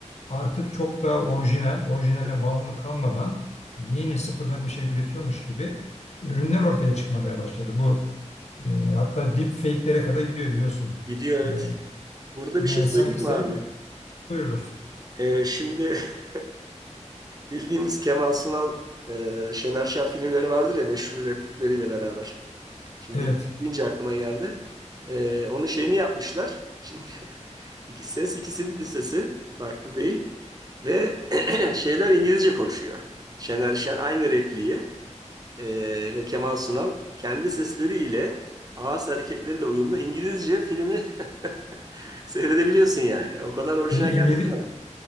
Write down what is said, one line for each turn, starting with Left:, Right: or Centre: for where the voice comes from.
Left: artık çok daha orijinal, orijinaline
Right: Evet.
Left: bağımlı kalmadan yeni sıfırdan bir şey üretiyormuş gibi ürünler ortaya çıkmaya başladı. Bu e, hatta deepfake'lere kadar gidiyor biliyorsun.
Right: Gidiyor evet.
Left: E,
Right: Burada
Left: yani
Right: bir şey söyleyeyim
Left: sanki
Right: mi
Left: sen
Right: abi?
Left: buyurdur.
Right: Ee, şimdi <laughs> bildiğimiz Kemal Sunal, e, Şener Şen filmleri vardır ya meşhur replikleriyle beraber. Şimdi
Left: Evet.
Right: deyince aklıma geldi. Ee, onun şeyini yapmışlar. Şimdi <laughs> iki ses ikisinin de sesi farklı değil. Ve <clears throat> şeyler İngilizce konuşuyor. Şener Şen aynı repliği. Ee, ve Kemal Sunal kendi sesleriyle ağız hareketleriyle uyumlu İngilizce filmi <laughs> seyredebiliyorsun yani. O kadar orijinal
Left: Ve İngili
Right: geldi ki bana.